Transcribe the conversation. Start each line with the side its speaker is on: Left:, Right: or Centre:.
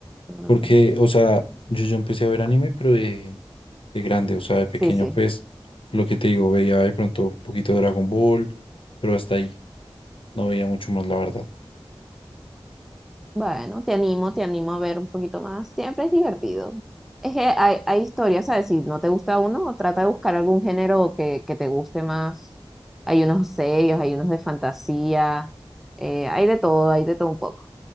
Centre: Ah,
Left: Porque, o sea, yo, yo empecé a ver anime, pero de, de grande, o sea, de pequeño,
Centre: Sí, sí.
Left: pues, lo que te digo, veía de pronto un poquito de Dragon Ball, pero hasta ahí. No veía mucho más, la verdad.
Centre: Bueno, te animo, te animo a ver un poquito más. Siempre es divertido. Es que hay, hay historias, ¿sabes? Si no te gusta uno, trata de buscar algún género que, que te guste más. Hay unos serios, hay unos de fantasía, eh, hay de todo, hay de todo un poco.